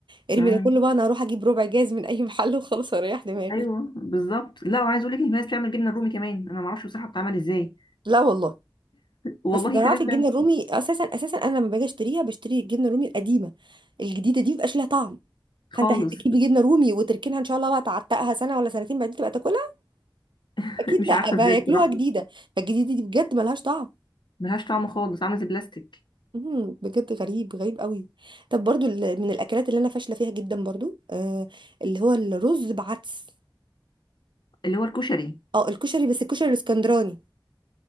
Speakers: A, on the right; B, on the left.
A: ارمي
B: مم.
A: ده كله بقى انا هروح اجيب ربع جاز من اي محل وخلاص اريح دماغي
B: ايوه بالظبط لا وعايز اقول لك ان في ناس بتعمل جبنه رومي كمان انا ما اعرفش بصراحه بتعمل ازاي
A: لا والله
B: والله
A: بس ده انا
B: في
A: عارفه
B: ناس بتعمل
A: الجبنه الرومي اساسا اساسا انا لما باجي اشتريها بشتري الجبنه الرومي القديمه الجديده دي مبقاش ليها طعم
B: خالص
A: فانت هتجيبي جبنه رومي وتركنها ان شاء الله بقى تعتقها سنه ولا سنتين بعدين تبقى تاكلها
B: <laughs>
A: اكيد
B: مش
A: لا
B: عارفه
A: بقى
B: ازاي
A: ياكلوها
B: بصراحه
A: جديده فالجديده دي بجد ملهاش طعم
B: ملهاش طعم خالص عامل زي البلاستيك
A: مم، بجد غريب غريب قوي طب برضو ال- من الاكلات اللي انا فاشله فيها جدا برضو آه اللي هو الرز بعدس
B: اللي هو الكشري
A: اه الكشري بس الكشري الاسكندراني